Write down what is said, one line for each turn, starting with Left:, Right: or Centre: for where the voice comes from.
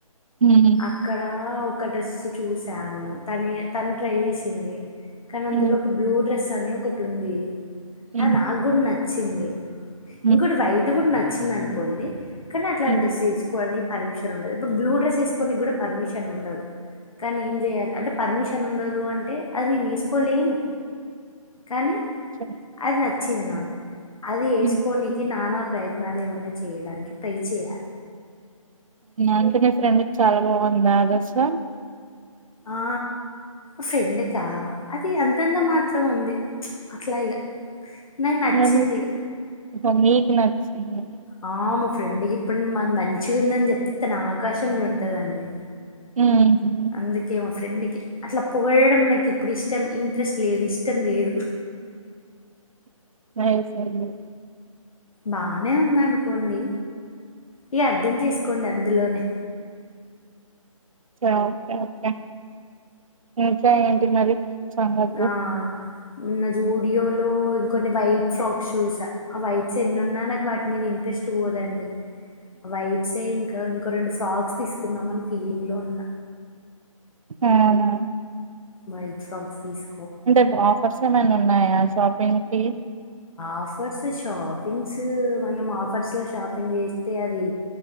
Right: హ్మ్.
Left: అక్కడా ఒక డ్రెస్ చూసాను తని తను ట్రై చేసింది కానీ
Right: హ్మ్.
Left: అందులో ఒక బ్లూ డ్రెస్ అని ఒకటి ఉంది
Right: హ్మ్.
Left: అ నాగూడ నచ్ చ్చింది
Right: హ్మ్.
Left: ఇంకోటి వైట్ కూడా న నచ్చిందనుకోండి కాని అట్లాంటి
Right: హ్మ్.
Left: డ్రెస్ తీసుకోవాలని పర్మిషన్ ఉండదు ఇప్పుడు బ్లూడ్రెస్ వేస్ కొనికి కూడా పర్మిషన్ ఉండదు కానీ ఏం చేయాలి అంటే పర్మిషన్ ఉండదు అంటే అది నేను వేసుకోలేను కానీ అది
Right: అచ్చా!
Left: నచ్చింది నాకు అది వేసుకోనికి
Right: హుహు.
Left: నానా ప్రయత్నాలు ఏమన్నా చేయడానికి ట్రై చేయాలి
Right: అంటే నీ ఫ్రెండ్కి చాలా బాగుంది ఆ డ్రేస్స్
Left: ఆ ఫ్రెండ్కా అది అంతంత మాత్రం ఉంది అట్లా ఇగ
Right: <unintelligible>
Left: నాకు నచ్చింది ఇగ
Right: చేయ్య
Left: ఆ మా ఫ్రెండ్కి ఇప్పుడు మం మంచిగా ఉందని చెప్తే తన ఆకాశంంలో ఉంటదండి
Right: ఉహు
Left: అందుకే మా ఫ్రెండ్కి అట్లా పొగడడం నాకు ఇప్పుడు ఇష్టం ఇంట్రెస్ట్ లేదు ఇష్టం లేదు
Right: <unintelligible>
Left: బానే ఉందనుకోండి ఇగ అర్థం చేసుకోండి అందులోనే
Right: ఆ ఓకే ఓకే ఇంకా ఏంటి మరి చంగాకు
Left: ఆ మొన్న జూడియో లో ఇంకొన్ని వైట్స్ షాక్స్ చూసా, ఆ వైట్స్ ఎన్ని ఉన్నా నాకు వాటి మీద ఇంట్రెస్ట్ పోదండి. వైట్స్ యే ఇంకా ఇంక రెండు సాక్స్ తీసుకుందాం అని ఫీలింగ్లో ఉన్న
Right: హా అవునా
Left: వైట్ సాక్స్ తీస్
Right: అంటే బాఫర్స్ ఏమైనా ఉన్నాయా షాపింగ్కి
Left: ఆఫర్స్ షాపింగ్స్ మనం ఆఫర్స్ లో షాపింగ్ చేస్తే అది